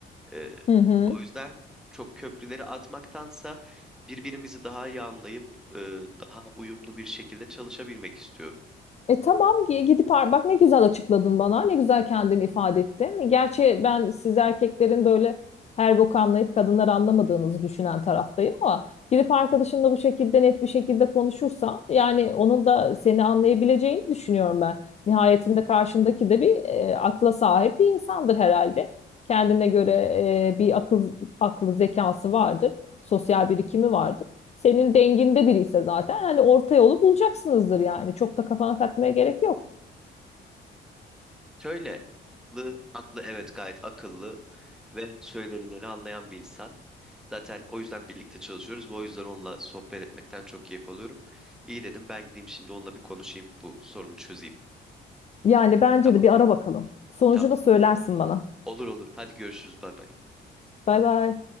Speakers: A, in the centre; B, on the left.
A: E,
B: Hı hı.
A: o yüzden çok köprüleri atmaktansa birbirimizi daha iyi anlayıp e, daha uyumlu bir şekilde çalışabilmek istiyorum.
B: E tamam gi- gidip ar- bak ne güzel açıkladın bana. Ne güzel kendini ifade ettin. Gerçi ben siz erkeklerin böyle her boku anlayıp kadınlar anlamadığınızı düşünen taraftayım ama gidip arkadaşınla bu şekilde net bir şekilde konuşursa yani onun da seni anlayabileceğini düşünüyorum ben. Nihayetinde karşındaki de bir e, akla sahip bir insandır herhalde. Kendine göre e, bir akıl aklı zekası vardır. Sosyal birikimi vardır senin denginde biri ise zaten hani orta yolu bulacaksınızdır yani. Çok da kafana takmaya gerek yok.
A: Şöyle, aklı, aklı evet gayet akıllı ve söylenileni anlayan bir insan. Zaten o yüzden birlikte çalışıyoruz. ve O yüzden onunla sohbet etmekten çok keyif alıyorum. İyi dedim ben gideyim şimdi onunla bir konuşayım bu sorunu çözeyim.
B: Yani bence
A: Tamam,
B: de bir ara bakalım. Sonucu
A: tamam.
B: da söylersin bana.
A: Olur olur. Hadi görüşürüz. Bay bay.
B: Bay bay.